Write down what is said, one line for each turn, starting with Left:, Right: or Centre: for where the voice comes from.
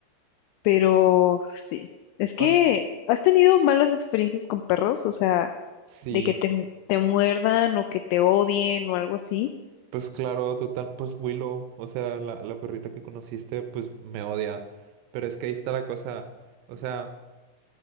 Left: Pero sí, es que
Right: Bueno,
Left: has tenido malas experiencias con perros, o sea,
Right: sí,
Left: de que te, mu- te muerdan o que te odien o algo así.
Right: pues claro, total, pues Willow, o sea, la, la perrita que conociste, pues me odia, pero es que ahí está la cosa, o sea,